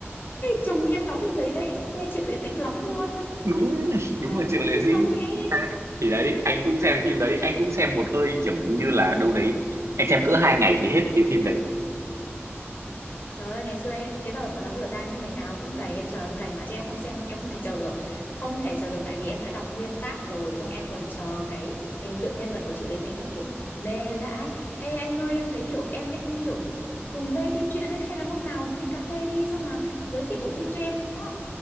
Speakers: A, on the left; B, on the right.
A: Chồng em đóng phim đấy đấy, em nghe chịu lại dĩnh lắm luôn.
B: đúng đúng
A: Trời
B: là Triệu
A: ơi,
B: Lệ Dĩnh
A: chồng em.
B: thì đấy anh cũng xem phim đấy anh cũng xem một hơi kiểu hình như là đâu đấy anh xem cỡ hai ngày thì hết cái phim đấy
A: Trời ơi, ngày xưa ấy, cái đợt mà nó vừa ra nhá, ngày nào cũng cày, em chờ em cày mà chứ em không xem, em không thể chờ được. Không thể chờ được tại vì em đã đọc nguyên tác rồi, xong em còn chờ cái hình tượng nhân vật của Triệu Lệ Dĩnh nữa, kiểu mê vãi. Ê anh ơi, em thấy kiểu em với anh kiểu cùng mê phim truyện ấy, hay là hôm nào đi cà phê đi, xong mà giới thiệu phim cho em nữa.